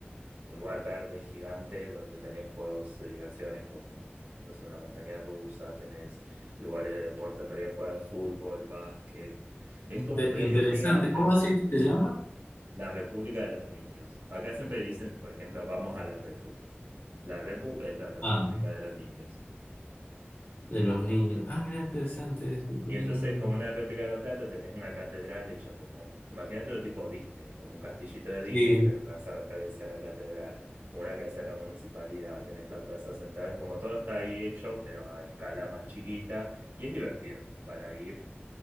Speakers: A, on the right (about 75°); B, on the left (about 75°).
A: un lugar verde gigante, donde tenés juegos de diversiones como, no sé, una montaña rusa, tenés lugares de deportes para ir a jugar fútbol, básquet. Es
B: inte-
A: todo un predio
B: interesante.
A: gigante,
B: ¿Cómo decía que te llama?
A: la República de los Niños. Acá siempre dicen, por ejemplo, vamos a la Repu. La Repu es la República
B: Ah,
A: de los Niños.
B: de los niños. Ah, mira, interesante. eso, Tienen
A: Y entonces,
B: un...
A: como una réplica de La Plata, tenés una catedral hecha como, imagínate lo tipo Disney, como un castillito de Disney,
B: Sí,
A: pero que hace referencia a la catedral, una que hace a la municipalidad, tenés la plaza central, como todo está ahí hecho, pero a escala más chiquita, y es divertido para ir.